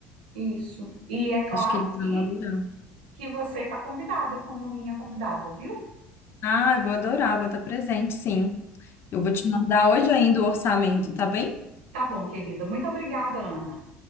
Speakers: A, on the right; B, on the left.
A: Isso. E é claro
B: Acho que eles vão
A: que,
B: adorar.
A: que você está convidada como minha convidada, viu?
B: Ah, eu vou adorar, vou estar presente, sim. Eu vou te mandar hoje ainda o orçamento, tá bem?
A: Tá bom, querida. Muito obrigada, Ana.